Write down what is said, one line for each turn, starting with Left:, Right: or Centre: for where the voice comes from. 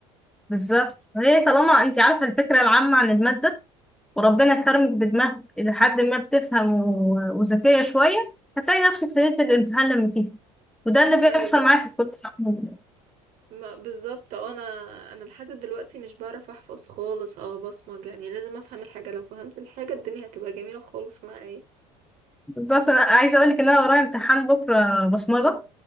Centre: بالظبط هي طالما انت عارفه الفكره العامه عن الماده وربنا كرمك بدماغ الى حد ما بتفهم و- وذكيه شويه هتلاقي نفسك في ليله الامتحان لما تيجي وده اللي
Right: ايوه
Centre: بيحصل معايا في الكليه عموماً.
Right: ما بالظبط اه انا انا لحد دلوقتي مش بعرف احفظ خالص او بصمج يعني لازم افهم الحاجه لو فهمت الحاجه الدنيا هتبقى جميله خالص معايا
Centre: بالظبط انا عايزه اقول لك ان انا ورايا امتحان بكره بصمجه